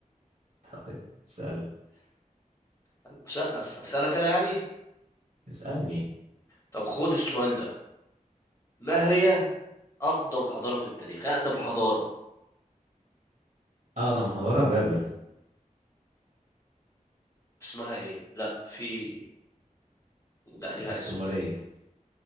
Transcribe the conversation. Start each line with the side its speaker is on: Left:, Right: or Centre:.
Right: طيب اسألك
Left: أنا مثقف اسالك انا يعني
Right: اسألني
Left: طب خد السؤال ده ما هي اقدم حضارة في التاريخ اقدم حضارة
Right: اقدم حضارة بابل
Left: اسمها ايه لا في لا ليها
Right: السومرية
Left: اسم تاني